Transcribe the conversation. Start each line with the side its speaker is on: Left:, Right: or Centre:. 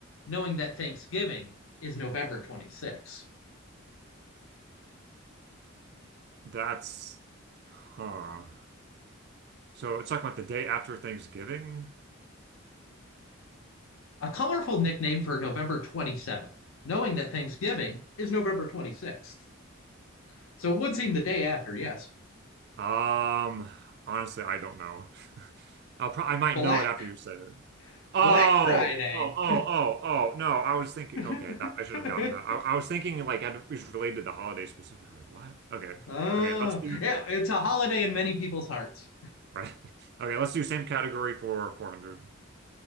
Left: knowing that Thanksgiving is November 26th.
Right: That's, huh. So it's talking about the day after Thanksgiving.
Left: A colorful nickname for November 27th, knowing that Thanksgiving is November 26th. So it would seem the day after, yes.
Right: Um, honestly, I don't know. <laughs> I'll pro I might
Left: Black
Right: know it after you say it. Oh,
Left: Black Friday.
Right: oh, oh, oh, oh. No, I was thinking.
Left: <laughs>
Right: Okay, that, I should have gotten that. I, I was thinking like had, it was related to the holiday specifically. What? Okay,
Left: Ah,
Right: okay. Let's do
Left: yeah, it's a holiday in many people's hearts.
Right: right. <laughs> Okay, let's do same category for 400.